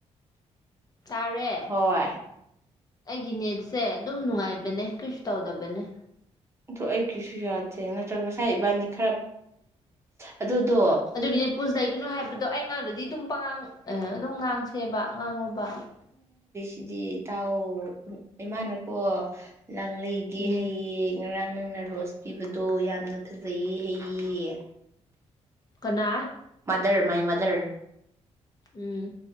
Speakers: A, on the left; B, on the right.
A: ꯆꯥꯔꯦ
B: ꯍꯣꯏ
A: ꯑꯩꯒꯤ ꯅꯦꯠꯁꯦ ꯑꯗꯨꯝ ꯅꯨꯡꯉꯥꯏꯕꯅꯦ ꯀꯩꯁꯨ ꯇꯧꯗꯕꯅꯦ
B: ꯑꯗꯨ ꯑꯩꯒꯤꯁꯨ ꯌꯥꯗꯦ ꯅꯠꯇ꯭ꯔꯒ ꯉꯁꯥꯏ ꯏꯕꯥꯅꯤ ꯈꯔ ꯑꯗꯨꯗꯣ
A: ꯑꯗꯨꯒꯤꯅꯦ ꯄꯨꯁ ꯂꯩꯒꯅꯨ ꯍꯥꯏꯕꯗꯣ ꯑꯩ ꯉꯥꯡꯗꯨꯗꯤ ꯑꯗꯨꯝ ꯄꯉꯥꯡ ꯑꯗꯨꯝ ꯉꯥꯡꯁꯦꯕ ꯉꯥꯡꯉꯣꯕ
B: ꯁꯤꯗꯤ ꯏ ꯇꯥꯎ ꯏꯃꯥꯟꯅꯀꯣ ꯂꯥꯡꯂꯩꯒꯤ
A: ꯎꯝ
B: ꯍꯌꯦ ꯉꯔꯥꯡ ꯅꯪꯅ ꯔꯣꯁ ꯄꯤꯕꯗꯣ ꯌꯥꯝꯅ ꯐꯖꯩꯌꯦ ꯍꯩꯌꯦ
A: ꯀꯅꯥ
B: ꯃꯗꯔ ꯃꯥꯏ ꯃꯗꯔ
A: ꯎꯝ